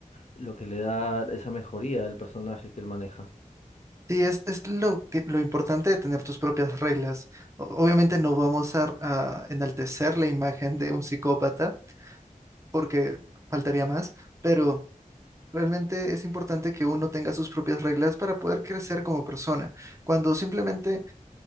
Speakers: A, on the left; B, on the right.
A: lo que le da esa mejoría al personaje que él maneja.
B: Sí, es, es lo que, lo importante de tener tus propias reglas. O- Obviamente no vamos a, a enaltecer la imagen de un psicópata porque faltaría más, pero realmente es importante que uno tenga sus propias reglas para poder crecer como persona. Cuando simplemente